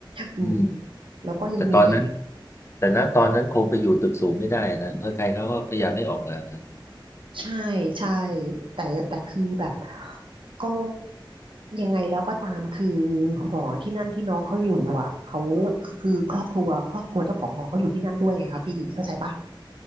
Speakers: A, on the right; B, on the left.
A: อืม
B: อืม
A: แล้วก็ยังมี
B: แต่ตอนนั้นแต่ณตอนนั้นคงไปอยู่ตึกสูงไม่ได้นะเพราะใครเขาก็พยายามไม่ออกมากัน
A: ใช่ใช่แต่แต่คือแบบก็ยังไงแล้วก็ตามคือหอที่นั่นที่น้องเขาอยู่อ่ะเขาคือคือครอบครัวครอบครัวเจ้าของหอเขาอยู่ที่นั่นด้วยไงคะพี่เข้าใจปะ